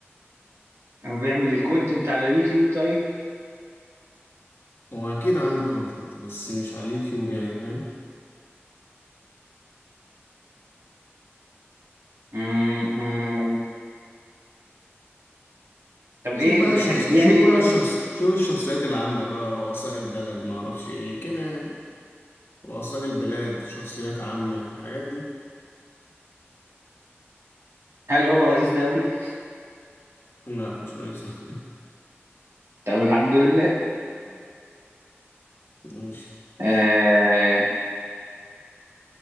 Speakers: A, on the right; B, on the left.
A: بيعمل الكونتنت على يوتيوب طيب
B: واكيد عنده كونتنت بس مش على اليوتيوب يعني فاهم
A: مم، مم. طب ايه
B: شوف بقى الشخص
A: يعني بيعمل
B: شوف
A: ايه
B: بقى الشخص شوف الشخصيات العامة بقى رؤساء البلد معرفش ايه كده يعني رؤساء البلاد شخصيات عامة الحاجات دي
A: هل هو رئيس دولة <laughs>
B: لا مش رئيس <laughs>
A: طب الحمد لله
B: ماشي
A: <clears throat> آه،